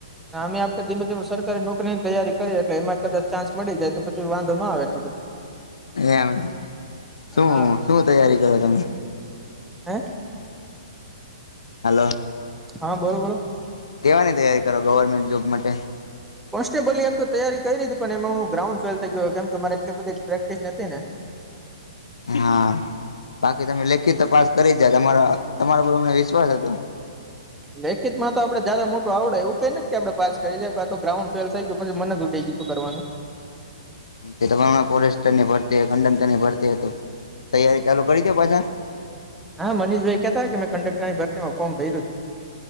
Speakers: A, in the centre; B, on the left.
A: અમે આપડે ધીમે ધીમે સરકારી નોકરીની તૈયારી કરીએ એટલે એમાં કદાચ ચાન્સ મળી જાય તો પછી વાંધો ના આવે એટલો બધો
B: એમ શું
A: હા
B: શું તૈયારી કરો તમે.
A: હે.
B: હલો
A: હા બોલો બોલો
B: કેવાની તૈયારી કરો ગવર્મેન્ટ જોબ માટે
A: કોન્સ્ટેબલ એમ તો તૈયારી કરી હતી પણ એમાં હું ગ્રાઉન્ડ ફેલ થઈ ગયો કેમ કે મારે એટલી બધી પ્રેક્ટિસ નથી ને <inaudible>
B: હા બાકી તમે લેખિત તપાસ કરી જયા તમારા તમારા પર અમને વિશ્વાસ હતો.
A: લેખિત માં તો આપડે મોટું આવડે એવું કઈને કે આપડે પાસ કરી જાએ તો ગ્રાઉડ ફેલ થઈ ગયું પછી મને ઊઠી ગયું. શું કરવાનું.
B: એ તમાર ફોરેસ્ટર ની ભરતી કડકટરની ભરતી તૈયારી ચાલુ કરી દો પાછા
A: હા મનીષભાઈ કેતા હોય મેં કંડક્ટર ની ભરતી ફોમ ભર્યું હતું.